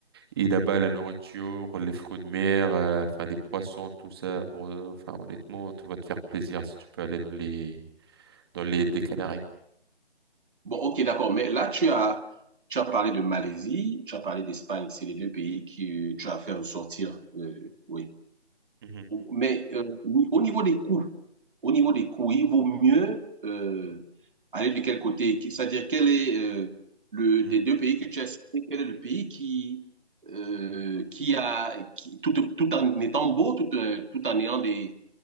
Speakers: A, on the right; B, on the right.
A: Et là-bas, la nourriture, les fruits de mer, euh, enfin les poissons, tout ça, euh, enfin honnêtement, tu vas te faire plaisir si tu peux aller dans les dans l'île des Canaries.
B: Bon, ok, d'accord. Mais là, tu as, tu as parlé de Malaisie, tu as parlé d'Espagne. C'est les deux pays que tu as fait ressortir. euh, oui.
A: Mhm,
B: Mais euh, au niveau des coûts, au niveau des coûts, il vaut mieux euh, aller de quel côté? C'est-à-dire, quel est euh, le
A: mhm,
B: des deux pays que tu as cités, quel est le pays qui euh, qui a qui- tout, tout en étant beau, tout, euh, tout en ayant des